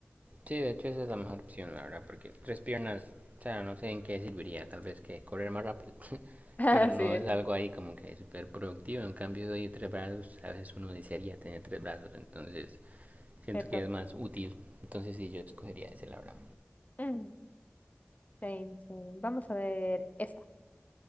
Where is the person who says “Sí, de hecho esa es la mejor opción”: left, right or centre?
Right